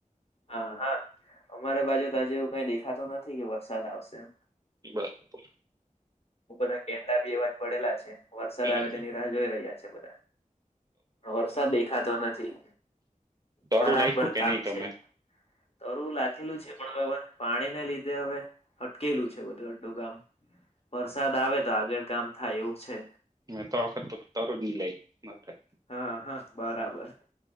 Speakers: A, on the left (about 45°); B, on the right (about 25°).
A: હા, હા, અમારે બાજુ તો આજે એવું કઈ દેખાતું નથી કે વરસાદ આવશે એમ
B: બરાબર
A: બધા કેંડા બી એવા જ પડેલા છે વરસાદ
B: હમ
A: આવે તેની રાહ જોઈ રહ્યા છે, બધ વરસાદ દેખાતો નથી
B: દરું
A: બરાબર
B: લાખ્યું કે
A: તાપ
B: નહી તમે
A: છે તરું લખેલું છે પણ હવે, પાણીને લીધે હવે અટકેલું છે એ બધુ અડધું કામ, વરસાદ આવે તો આગળ કામ થાય એવું છે.
B: મે તો આવખ તો તાર લઈ માત્ર
A: હા હા બરાબર